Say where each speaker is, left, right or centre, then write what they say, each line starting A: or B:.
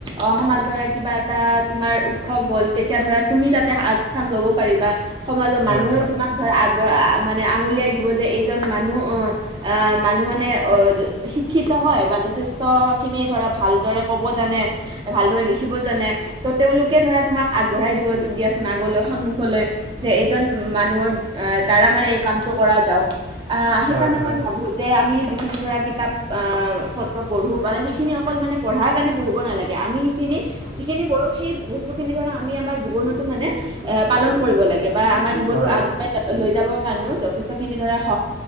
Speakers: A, on the right; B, on the right.
A: অ' সমাজ ধৰা কিবা এটা তোমাৰ উৎসৱ হ'ল তেতিয়া ধৰা তুমি তাতে আগস্থান ল'ব পাৰিবা সমাজৰ
B: হয়
A: মানুহেও তোমাক ধৰা আগবঢ় মানে আঙুলিয়াই দিব যে এইজন মানুহ অ' আ মানুহ মানে শিক্ষিত হয় বা যথেষ্টখিনি ধৰা ভালদৰে ক'ব জানে ভালদৰে লিখিব জানে ত তেওঁলোকে ধৰা তোমাক আগবঢ়াই দিব দিয়াচোন আগলৈ সন্মুখলৈ যে এজন মানুহৰ আ দ্বাৰা মানে এই কামটো কৰা যাওক আহ
B: হয়
A: সেইকাৰণে
B: হয়
A: মই ভাবো যে আমি যিখিনি ধৰা কিতাপ অ পত্ৰ পঢ়ো মানে সেইখিনি অকল মানে পঢ়াৰ কাৰণে পঢ়িব নালাগে। আমি সেইখিনি যিখিনি পঢ়ো সেই বস্তু খিনি ধৰা আমি আমাৰ জীৱনতো মানে এ পালন কৰিব লাগে বা আমাৰ জীৱনটো
B: হয়
A: আগুৱাই লৈ যাবৰ কাৰণেও যথেষ্ট খিনি ধৰা স